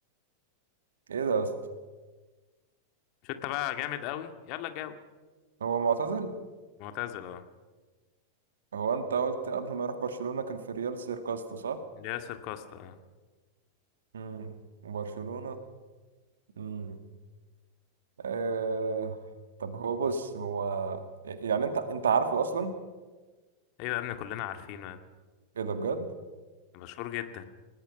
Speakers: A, on the right; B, on the left.
A: ايه ده يا اسطى
B: مش انت بقى جامد قوي يلا جاوب
A: هو معتزل
B: معتزل اه
A: هو انت قلت قبل ما يروح برشلونة كان في ريال سيركاستو صح
B: اللي ياسر كوستا اه
A: امم وبرشلونة امم آه... طب هو بص هو يعني انت انت عارفه اصلا
B: ايوه يا ابني كلنا عارفينه يا ابني
A: ايه ده بجد
B: مشهور جدا